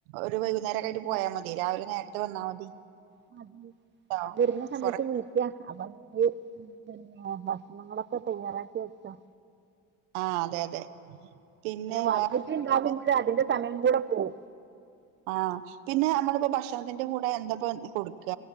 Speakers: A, on the right; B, on the right.
A: ഒരു വൈകുന്നേരമൊക്കെ ആയിട്ട് പോയാ മതി രാവിലെ നേരത്തെ വന്നാ മതി
B: ഞാൻ
A: ട്ടോ
B: വരുന്ന സമയത്ത്
A: കൊറെ
B: വിളിക്ക അപ്പ പിന്നെ ഭക്ഷണങ്ങളൊക്കെ തയ്യാറാക്കി വെച്ചോ
A: ആഹ അതെ അതെ പിന്നെ
B: വന്നിട്ടുണ്ടാകുമ്പോഴ
A: വേറെ
B: അതിന്റെ
A: വിശേഷങ്ങൾ
B: സമയം കൂടെ പോകും
A: ആഹ് പിന്നെ നമ്മളിപ്പോ ഭക്ഷണത്തിന്റെ കൂടെ എന്താപ്പൊ കൊടുക്ക